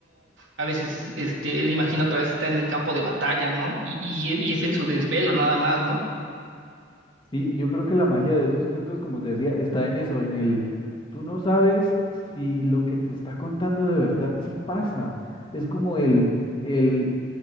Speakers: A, on the right; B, on the left.
A: A veces, este, él imagina otra vez está en el campo de batalla, ¿no? Y, y, y es en su desvelo nada más, ¿no?
B: Sí, y yo creo que la magia de esos cuentos, como te decía, está en eso, en el Tú no sabes si lo que te está contando de verdad sí pasa. Es como el, el,